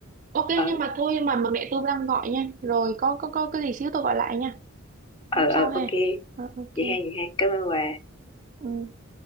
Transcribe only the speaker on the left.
ờ
ờ
ờ
ok
vậy hay vậy hay cảm ơn bà